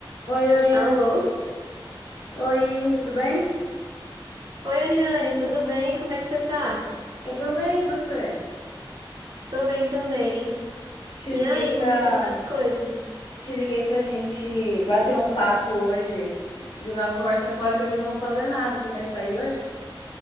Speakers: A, on the left; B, on the right.
A: Oi, Lorena.
B: Alô?
A: Oi, tudo bem?
B: Oi, Ariane, tudo bem? Como é que você tá?
A: Eu tô bem, e você?
B: Tô bem também.
A: Te
B: E
A: liguei
B: aí,
A: pra,
B: como é que tá as coisas?
A: te liguei pra gente bater um papo hoje, jogar uma conversa fora que hoje eu não vou fazer nada. Você vai sair hoje?